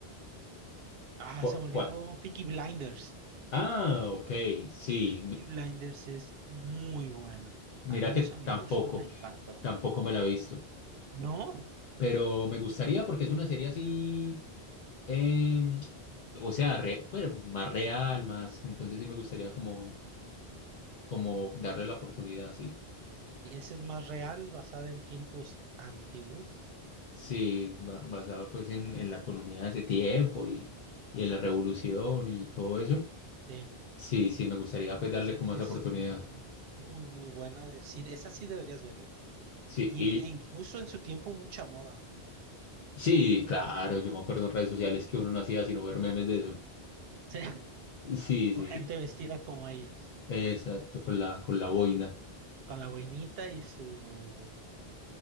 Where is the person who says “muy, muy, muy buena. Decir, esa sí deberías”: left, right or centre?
Right